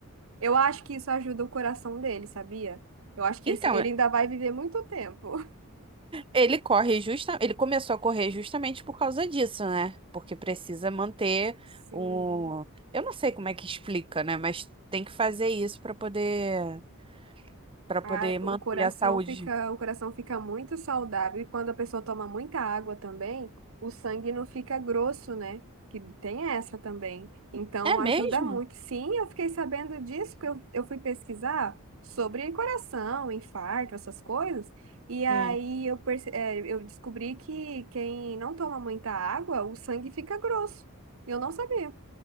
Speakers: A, on the right; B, on the right.
A: Eu acho que isso ajuda o coração dele, sabia? Eu acho que
B: Então,
A: esse- ele ainda vai viver muito tempo.
B: ele corre justa, ele começou a correr justamente por causa disso, né? Porque precisa manter
A: <laughs> Sim.
B: o, eu não sei como é que explica, né? Mas tem que fazer isso para poder para poder
A: Ai,
B: manter
A: o coração
B: a saúde.
A: fica, o coração fica muito saudável e quando a pessoa toma muita água também, o sangue não fica grosso, né? Que tem essa também. Então
B: É
A: ajuda
B: mesmo?
A: muito. Sim, eu fiquei sabendo disso, que eu, eu fui pesquisar sobre coração, infarto, essas coisas. E aí
B: Hum.
A: eu, perce, eh, eu descobri que quem não toma muita água, o sangue fica grosso. Eu não sabia.